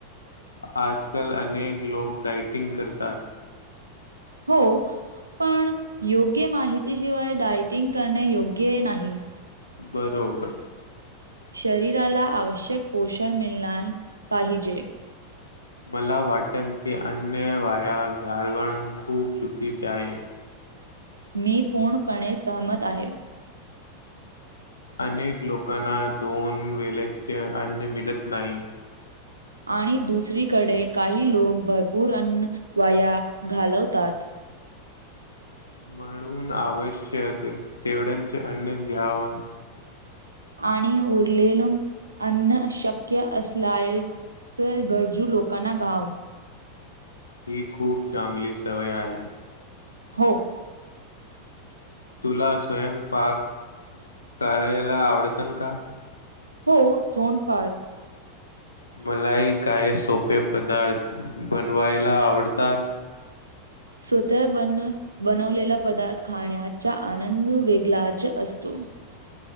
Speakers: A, on the left; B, on the right.
A: आजकाल अनेक लोक डायटिंग करतात
B: हो पण योग्य माहितीशिवाय डायटिंग करणे योग्य नाही
A: बरोबर
B: शरीराला आवश्यक पोषण मिळणार पाहिजे.
A: मला वाटन की अन्य वाया घालवण खूप चुकीच आहे.
B: मी पूर्णपणे सहमत आहे.
A: अनेक लोकांना दोन वेल्याचे अन्न मिळत नाही
B: आणि दुसरीकडे काही लोक भरपूर अन्न वाया घालवतात
A: म्हणून आवश्यक तेवढ्यांचे अन्न घ्याव
B: आणि उरलेल अन्न शक्य असल्याच गरजू लोकांना गाव
A: ही खूप चांगली सवय आहे
B: हो
A: तुला स्वयंपाक करायला आवडतं न का
B: हो धोंडफार
A: मलाही काय सोपे पदार्थ बनवायला आवडतात
B: स्वतः बनवलेला पदार्थ खाण्याचा आनंद वेगळाच असतो.